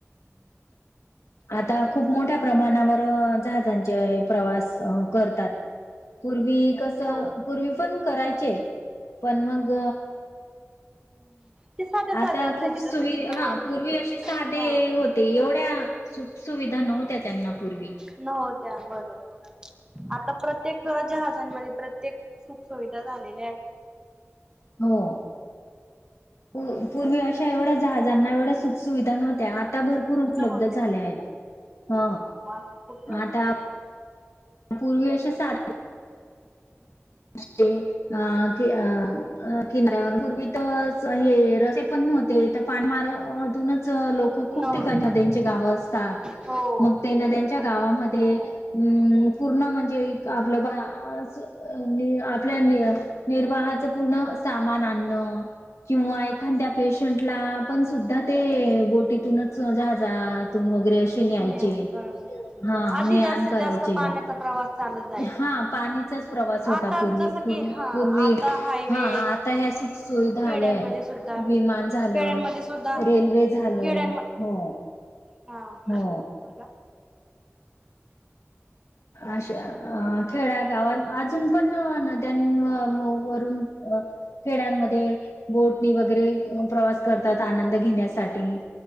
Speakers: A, on the left; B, on the right.
A: आंता खूंप मोठ्यां प्रमाणांवर जहाजां प्रवांस करतांत पूर्वी कसं
B: हो
A: पूर्वी पणं करांयचे पणं मंग
B: ते साध्या साध्या
A: आंता
B: असायचे
A: खूंप सुवि
B: जसं की बोट
A: हां पूर्वी अशी सांधे
B: हा
A: होते एवढ्यां सुंखसुविधा नव्हत्यां त्यांनां पूर्वी
B: नंव्ह होत्यां बरोबर आता प्रत्येक जहाजांमध्ये, प्रत्येक सुखसुविधा झालेल्या आहेत.
A: हो. पूर्वी अशा एवढ्या जहाजांना एवढ्या सुख- सुुविधा नव्हत्या, आता भर भरपूर उपलब्ध
B: नव्हत्या
A: झाले आहेत. ह
B: हो आता खूप झाले
A: आता पूर्वी आशा साध्या <unintelligible> अ, कि, अ, किनाऱ्यावर. पूर्वी तर हे रस्ते पण नव्हते. तप पानमार मधूनच लोक खूप
B: नव्हते
A: ठिकाणी नद्यांची गावं असतात.
B: हो
A: मग ते नद्या त्या गावामध्ये
B: हो
A: हम्म, पूर्ण म्हणजे आपलं असं आपल्या, निर्वाहाचं पूर्ण सामान आणणं. किंवा एखाद्या पेशंटला, पण सुद्धा ते बोटीतूनच जहाजा तून वगैरे अशी तेन यायचे,
B: नेम बरोबर
A: हा
B: आधी
A: ने
B: जास्तीत
A: -आण करायचे
B: जास्त पाण्याचा प्रवास चालत जायचा.
A: हा पाणीचाच प्रवास होता
B: आता
A: पूर्वी,
B: जसं
A: पूर्वी,
B: की हा
A: पूर्वी
B: आता हायवे
A: हा आता ह्यसनी सुविधा
B: खेड्यांमध्ये
A: आल्याय
B: सुद्धा
A: विमान झालं,
B: खेड्यांमध्ये सुद्धा
A: रेल्वे झालं
B: खेड्यांम
A: हो.
B: हा
A: हो
B: बोला.
A: अशा, अ खेड्या गावात अजून पण त्यां न वरून, अ खेड्यांमध्ये बोटणी वगैरे प्रवास करतात. आनंद घेण्यासाठी